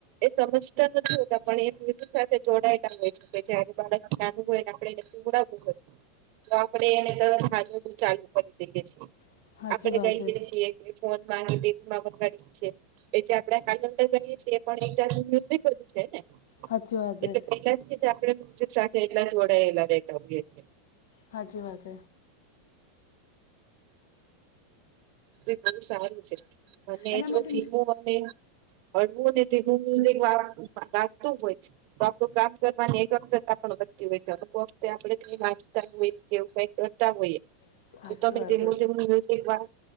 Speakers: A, on the right; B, on the left.
A: એ સમજતા નથી હોતા પણ એ બ સાથે જોડાયેલા હોય છે કે જયારે બાળક ના હોય ને આપડ એને પવડાવવું હોયું. તો આપણે એને તસ સાજવું ચાલુ કરી દઈએે છીએ
B: સાચી
A: આપણેે
B: વાત
A: કહીએે
B: હે
A: છીએ. ફોન મા તે માફત કરી છે એ જે આપડે કાલંદર કહીએ છીએ પણ એક જાત મૃત છે ને
B: સાચી વાત
A: એટલે
B: હે
A: પેલા આપ સાથે એટલા જ વડેલાેતાએ છીએ.
B: હાજી વાત
A: બહુ સારું છે અને
B: એના
A: જો
B: માટે
A: ધથીીમું અ હળવું ને તેું મ્યુઝિક વાગતું હોય ડો કામની વતી હોય છે આપણે વાસ્તા હોઈ કેવું કઈ તા હોઈએ
B: સાચી
A: તો તમે
B: વાત
A: તેમ
B: હે
A: તેમનું મ્યુઝિક વા